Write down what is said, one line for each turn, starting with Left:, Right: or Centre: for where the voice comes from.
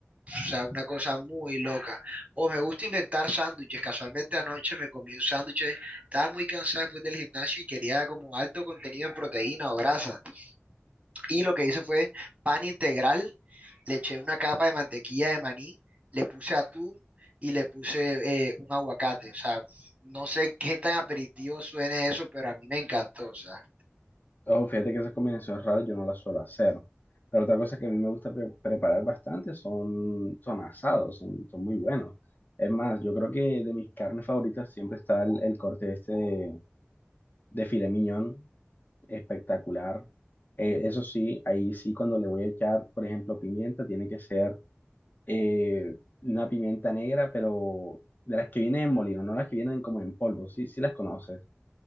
Right: o sea, una cosa muy loca. O me gusta inventar sándwiches. Casualmente anoche me comí un sándwich, estaba muy cansado después del gimnasio y quería como alto contenido en proteína o grasa. Y lo que hice fue pan integral, le eché una capa de mantequilla de maní, le puse atún y le puse eh, un aguacate. O sea, no sé qué tan aperitivo suene eso, pero a mí me encantó. O sea,
Left: Oh, fíjate que esas combinaciones raras yo no las suelo hacer. Pero otra cosa que a mí me gusta pre- preparar bastante son, son asados, son, son muy buenos. Es más, yo creo que de mis carnes favoritas siempre está el, el corte este de, de filet mignon. Espectacular. Eh, eso sí, ahí sí cuando le voy a echar, por ejemplo, pimienta, tiene que ser eh, una pimienta negra, pero de las que vienen en molino, no las que vienen como en polvo, sí, sí las conoces.